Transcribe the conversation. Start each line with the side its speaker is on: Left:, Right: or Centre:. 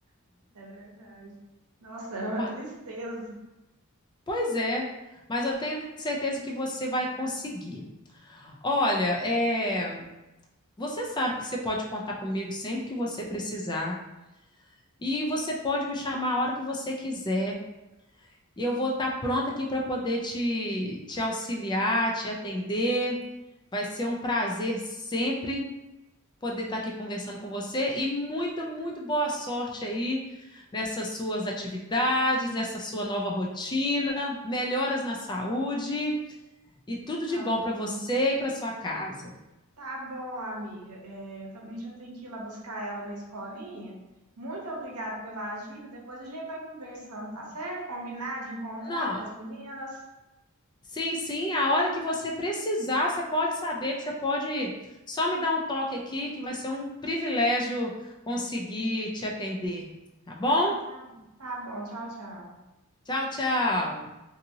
Right: <laughs> é verdade. Nossa, é uma
Left: Ma-
Right: tristeza.
Left: Pois é, mas eu tenho certeza que você vai conseguir. Olha, é, você sabe que você pode contar comigo sempre que você precisar e você pode me chamar a hora que você quiser e eu vou estar pronta aqui para poder te, te auxiliar, te atender. Vai ser um prazer sempre poder estar aqui conversando com você e muita, muito boa sorte aí nessas suas atividades, nessa sua nova rotina. Melhoras na saúde. E tudo
Right: Tá
Left: de bom
Right: bom,
Left: para você e para sua casa.
Right: tá bom, amiga. É, eu também já tenho que ir lá buscar ela na escolinha. Muito obrigada pela dica. Depois a gente vai conversando, tá certo? Combinar de encontrar
Left: Não,
Right: com as meninas.
Left: sim, sim, a hora que você precisar, você pode saber que você pode só me dar um toque aqui, que vai ser um privilégio conseguir te atender. Tá bom?
Right: Então tá, tá bom. Tchau, tchau.
Left: Tchau, tchau.